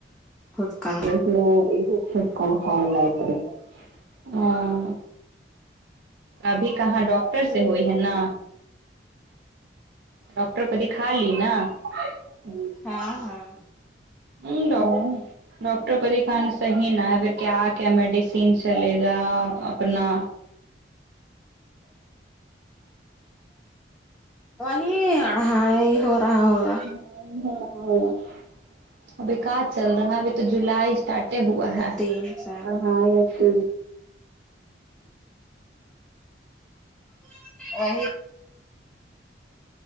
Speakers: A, in the centre; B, on the right.
A: خود کان ہے
B: لوگ خب کم کام لائے تھے ہاں ابھی کہاں ڈاکٹر سے ہوئی ہے نا ڈاکٹر کو دکھالی نا ہ
A: ہاں ہاں
B: ل ڈاکٹر کو کان صحیح نہ پھر کیا کیا میڈیسین چلے گا اپنا
A: وہی اڑھائی ہو رہا ہوگا
B: رہا ہوگا ابھی کا چل رہا ابھی تو جولائی اسارٹ ہی ہوا ہے
A: تین سال
B: ہاں یہ
A: ا ہی